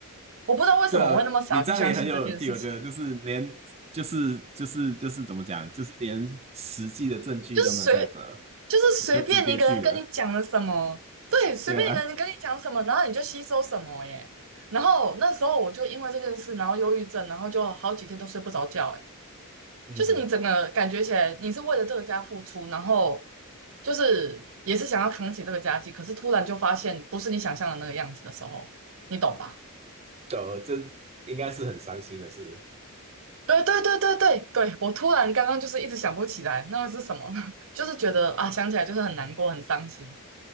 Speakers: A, on the right (about 65°); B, on the right (about 30°).
A: 我不知道为什么我会那么傻去相信这件事情，
B: 对啊，你这样也很有勇气，我觉得就是连就是就是就是怎么讲，就是连实际的证据都没有在手，
A: 就是随就是随便一个人跟你讲了什么，
B: 你就直接去了，
A: 对，随便一个人跟你讲什么，
B: 对啊，
A: 然后你就吸收什么耶。然后那时候我就因为这件事，然后忧郁症，然后就好几天都睡不着觉。
B: <laughs> 嗯，
A: 就是你整个感觉起来你是为了这个家付出，然后就是也是想要扛起这个家计，可是突然就发现不是你想象的那个样子的时候，你懂吧？
B: 懂了，这应该是很伤心的事。
A: 对对对对对对，我突然刚刚就是一直想不起来那个是什么呢，<laughs> 就是觉得啊想起来就是很难过很伤心，